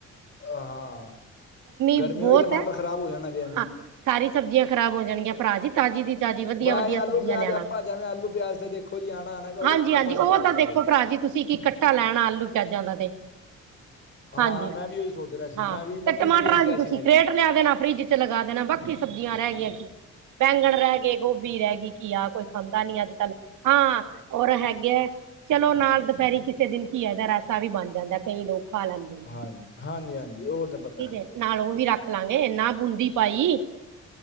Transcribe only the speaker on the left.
ਹਾਂ ਗਰਮੀ
ਹੋਈ ਟਮਾਟਰ
ਖ਼ਰਾਬ ਹੋ ਜਾਣਾ ਜੈਨ ਜੀ।
ਬਸ
ਇਹ ਆਲੂ
ਪਿਆਜ
ਆਪਾਂ ਜਿਵੇਂ ਆਲੂ ਪਿਆਜ ਤੇ ਦੇਖੋ ਜੀ ਆਣਾ ਆਣਾ ਉਹਦੇ
ਆਪਾਂ
ਸਟਵਾ
ਦਾਂਗੇ
ਹਾਂ
ਮੈਂ ਵੀ ਉਹੀ ਸੋਚ ਰਿਹਾ ਸੀ।
ਮੈਂ ਵੀ
ਮੰਮੀ
ਨੇ ਵੀ ਇਹੀ ਕਿਹਾ
ਸੀ ਮੇਰੀ
ਹਾਂਜੀ ਹਾਂਜੀ ਹਾਂਜੀ ਉਹ ਤਾਂ ਪਤਾ